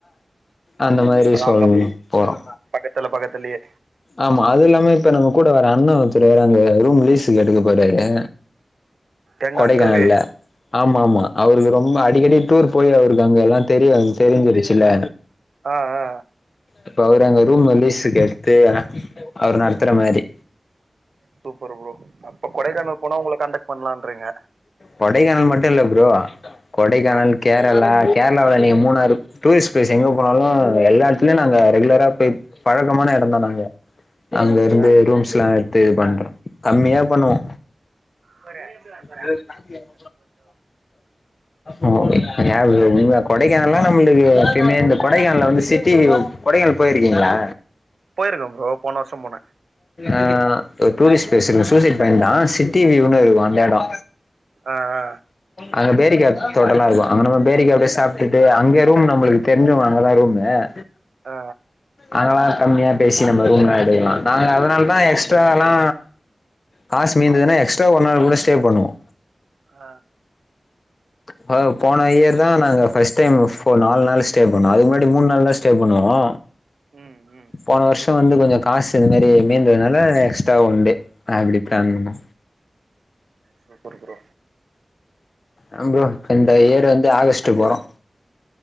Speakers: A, on the left; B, on the right.
A: அந்த மாரி
B: அதா
A: இ சொல்
B: அங்க
A: போறோ
B: பக்கத்துல பக்கத்துலியே
A: ஆமா அது இல்லாம இப்ப நம்ம கூட வர அண்ண வச்சிருவாரு அங்க ரூம் லீஸுக்கு எடுக்க போறாரு
B: எங்க
A: கொடைக்கானல்ல
B: அங்கவே
A: ஆமாமா அவருக்கு ரொம்ப அடிக்கடி டூர் போய் அவருக்கு அங்க எல்லா தெரிய வந் தெரிஞ்சிருச்சுல்ல
B: ஆ‌ ஆ
A: இப்ப அவரு அங்க ரூம லீஸுக்கு எடுத்து அவரு நடத்துற மாரி
B: சூப்பர் ப்ரோ அப்ப கொடைக்கானல் போனா உங்கள காண்டக்ட் பண்ணலான்றீங்க
A: கொடைக்கானல் மட்டு இல்ல ப்ரோ கொடைக்கானல்,
B: ஆ
A: கேரளா கேரளாவுல நீங்க மூணாறு டூரிஸ்ட் பிளேஸ் எங்க போனாலு எல்லா இடத்துலயு நாங்க ரெகுலரா போய் பழக்கமான எடோந்தா நாங்க அங்க இருந்து
B: ஆ
A: ரூம்ஸ்ல்லா எடுத்து இது பண்றோ கம்மியா பண்ணுவோ
B: போற
A: இது காப்பிய <unintelligible> ஓ ஏ ப்ரோ இங்க கொடைக்கானல்னா நம்மளுக்கு சென்னை இந்த கொடைக்கானல வந்து சிட்டி கொடைக்கானல் போயிருக்கீங்களா
B: போயிருக்கே ப்ரோ போன வருஷோ போனே
A: ஆ ஒரு டூரிஸ்ட் பிளேஸ் இங்க சூசைட் பாயிண்ட் தா சிட்டி வியூன்னு இருக்கு அந்த எடோ
B: ஆ ஆ
A: அங்க பேரிக்கா தோட்டெல்லா இருக்கு அங்க நம்ம பேரிக்கா அப்டியே சாப்ட்டுடே அங்கயே ரூம் நம்மளுக்கு தெரிஞ்சவங்க அங்கதா ரூமு ஆ
B: ஆ
A: அங்கெல்லா கம்மியா பேசி நம்ம ரூம்லா எடுக்கலா நாங்க அதனாலதா எக்ஸ்ட்ராலா காசு மீந்ததுனா எக்ஸ்ட்ரா ஒரு நாள் கூட ஸ்டே பண்ணுவோ
B: ஆ
A: அதாவது போன இயர் தா நாங்க ஃபர்ஸ்ட் டைம் ஃபோ நாலு நாள் ஸ்டே பண்ணோ அதுக்கு முன்னாடி மூணு நாள் தா ஸ்டே பண்ணுவோ
B: ம் ம்
A: போன வருஷோ வந்து கொஞ்சோ காசு இந்த மாரி மீந்ததுனால எக்ஸ்ட்ரா ஒன் டே அப்டி பிளான் பண்ணோ
B: சூப்பர் ப்ரோ
A: ஆ ப்ரோ இந்த இயர் வந்து ஆகஸ்ட் போறோ